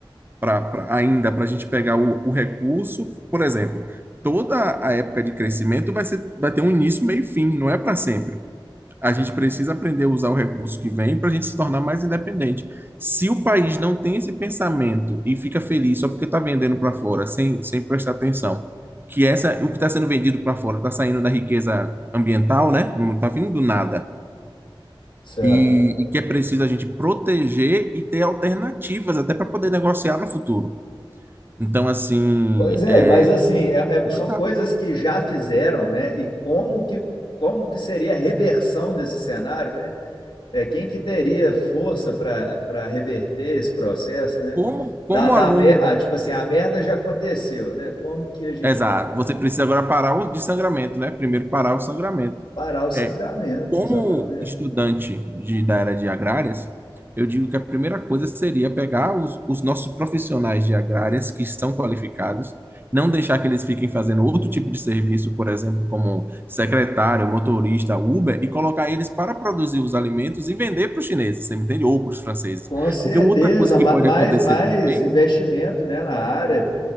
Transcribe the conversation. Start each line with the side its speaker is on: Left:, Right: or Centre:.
Right: pra, pra- ainda para a gente pegar o, o recurso. Por exemplo, toda a época de crescimento vai ser, vai ter um início, meio e fim, não é para sempre. A gente precisa aprender a usar o recurso que vem para a gente se tornar mais independente. Se o país não tem esse pensamento e fica feliz só porque está vendendo para fora, sem, sem prestar atenção, que essa, o que está sendo vendido para fora está saindo da riqueza ambiental, né? Não está vindo do nada.
Left: Certo.
Right: E, e que é preciso a gente proteger e ter alternativas até para poder negociar no futuro. Então, assim,
Left: Pois é,
Right: é
Left: mas assim, é- é-
Right: complicado.
Left: são coisas que já fizeram, né? E como que, como que seria a reversão desse cenário, né? É, quem que teria força para para reverter esse processo, né?
Right: Como, como
Left: Da, da,
Right: aluno.
Left: mer- ah, tipo assim, a merda já aconteceu, né? Como que a gente
Right: Exato,
Left: vai.
Right: você precisa agora parar o de sangramento, né? Primeiro parar o sangramento.
Left: parar o sangramento,
Right: É, Como
Left: exatamente.
Right: estudante de, da área de agrárias, eu digo que a primeira coisa seria pegar os, os nossos profissionais de agrárias que são qualificados, não deixar que eles fiquem fazendo outro tipo de serviço, por exemplo, como secretário, motorista, Uber, e colocar eles para produzir os alimentos e vender para os chineses, você me entende? Ou para os franceses.
Left: Com certeza,
Right: Porque uma outra coisa que
Left: mais,
Right: pode acontecer
Left: mais
Right: também
Left: investimento, né, na área,